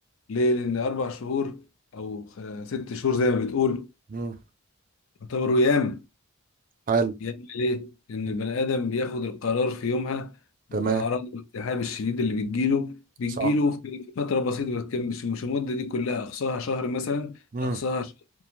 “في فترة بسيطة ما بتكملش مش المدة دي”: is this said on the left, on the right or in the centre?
Left